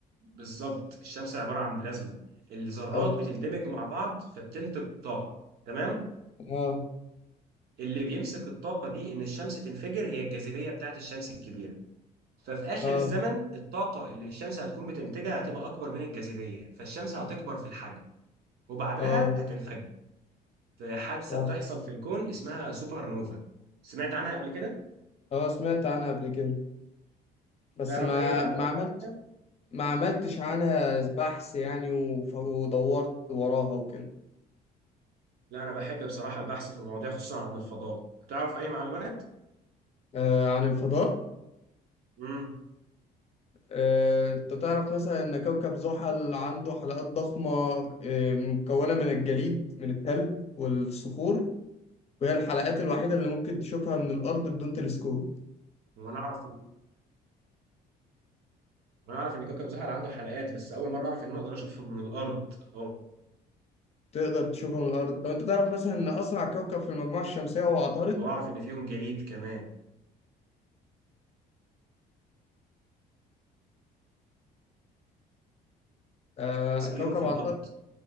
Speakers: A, on the right; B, on the left.
A: بالظبط الشمس عباره عن بلازما الذرات
B: أو
A: بتندمج مع بعض فبتنتج طاقه تمام
B: اه
A: اللي بيمسك الطاقه دي ان الشمس تنفجر هي الجاذبيه بتاعت الشمس الكبيره ففي آخر
B: اه
A: الزمن الطاقة اللي الشمس هتكون بتنتجها هتبقى أكبر من الجاذبية فالشمس هتكبر في الحجم وبعدها
B: اه
A: هتنفجر في حادثة
B: صح
A: بتحصل في الكون اسمها سوبر نوفا سمعت عنها قبل كده؟
B: اه سمعت عنها قبل كده بس
A: تعرف
B: ما
A: أي معلومات
B: ما عملت
A: بقى؟
B: ما عملتش عنها بحث يعني وف- ودورت وراها وكده
A: لا أنا بحب بصراحة البحث في المواضيع خصوصا عن الفضاء تعرف أي معلومات؟
B: آه عن الفضاء
A: امم
B: آه انت تعرف مثلا ان كوكب زحل عنده حلقات ضخمة آه مكونة من الجليد من التلج والصخور وهي الحلقات الوحيدة اللي ممكن تشوفها من الأرض بدون تلسكوب
A: وأنا أعرف وأنا أعرف إن كوكب زحل عنده حلقات بس أول مرة أعرف إن أنا أقدر أشوفه من الأرض أو
B: تقدر تشوفها من الأرض لو انت تعرف مثلا ان أسرع كوكب في المجموعة الشمسية هو عطارد
A: أو أعرف إن فيهم جليد كمان
B: آه
A: بس
B: كوكب
A: يوم في
B: عطارد
A: الأرض